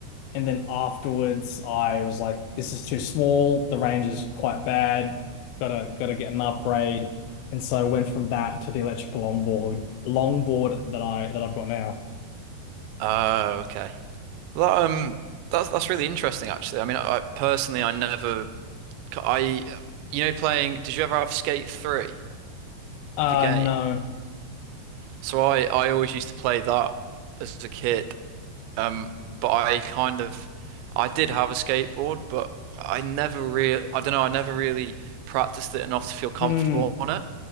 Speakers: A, on the left; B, on the right.
A: And then afterwards, I was like, this is too small. The range is quite bad. Gotta gotta get an upgrade. And so I went from that to the electrical longboard, longboard that I that I've got now.
B: Oh, okay. Well, That um, that's that's really interesting, actually. I mean, I, I personally, I never, I, you know, playing. Did you ever have Skate 3,
A: Uh
B: the game?
A: no.
B: So I I always used to play that as a kid, Um, but I kind of, I did have a skateboard, but I never really, I don't know, I never really practiced it enough to feel comfortable
A: Hmm.
B: on it